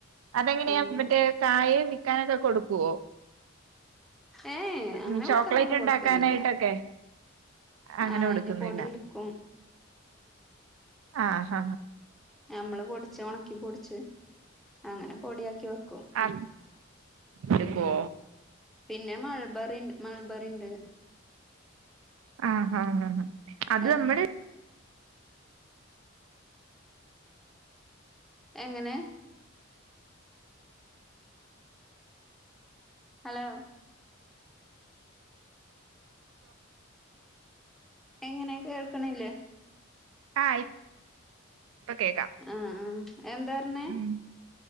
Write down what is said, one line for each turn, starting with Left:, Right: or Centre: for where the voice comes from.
Right: അതെങ്ങനെയാ
Centre: ആഹ്
Right: മറ്റേ കായ വിൽകനക്കെ കൊടുക്കുവോ
Centre: ഏഹ് അങ്ങനെ
Right: ഉ ചോക്ലേറ്റ്
Centre: വിക്കാനൊന്നും
Right: ഉണ്ടാക്കാനായിട്ടൊക്കെ
Centre: കൊടുക്കലില്ല
Right: അങ്ങനെ
Centre: ആഹ്
Right: കൊടുക്കുന്നില്ല
Centre: അയിന്റെ പൊടി എടുക്കും
Right: ആ ഹ
Centre: നമ്മള് പൊടിച്ച് ഉണക്കി പൊടിച്ച് അങ്ങനെ പൊടിയാക്കി വെക്കും
Right: ആ എടുക്കൊ
Centre: പിന്നെ മൾബറിണ്ട് മൾബറിണ്ട്
Right: ആഹ് ഹാ ഹാ ആഹ് അത്
Centre: ഏഹ്
Right: നമ്മുടെ
Centre: എങ്ങനെ ഹലോ എങ്ങനെ കേൾക്കണില്ലേ
Right: ആഹ് ഇപ്പൊ കേക്കാം
Centre: ആഹ് ആഹ് എന്താർഞ്ഞേ
Right: ഉം